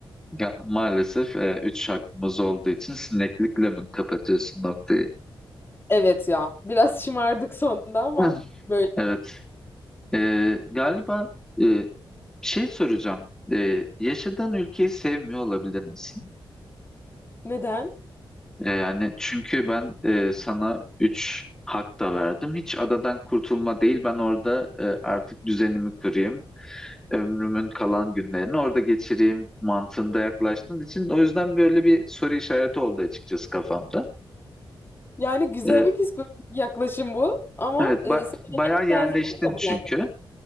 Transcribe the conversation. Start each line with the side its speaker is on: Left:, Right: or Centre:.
Centre: Ya, maalesef e, üç hakkımız olduğu için sineklikle mi kapatıyorsun noktayı?
Left: Evet ya. Biraz <laughs> şımardık sonunda ama
Centre: <laughs>
Left: böyle.
Centre: Evet. E, galiba e, Şey soracağım. Ee, yaşadığın ülkeyi sevmiyor olabilir misin?
Left: Neden?
Centre: Ee, yani çünkü ben e, sana 3 hak da verdim. Hiç adadan kurtulma değil. Ben orada e, artık düzenimi kurayım. Ömrümün kalan günlerini orada geçireyim mantığında yaklaştığın için. O yüzden böyle bir soru işareti oldu açıkçası kafamda.
Left: Yani güzel
Centre: Ee,
Left: bir psikolojik yaklaşım bu ama
Centre: evet,
Left: e,
Centre: ba-
Left: seni
Centre: bayağı
Left: yemekten
Centre: yerleştin
Left: ziyade kabullendim.
Centre: çünkü.